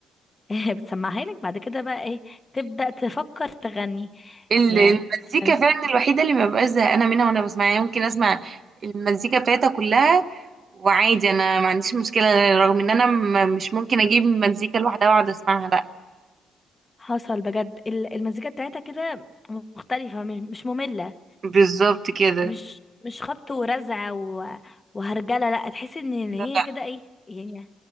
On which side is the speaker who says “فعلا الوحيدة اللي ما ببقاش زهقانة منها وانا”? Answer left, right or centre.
Right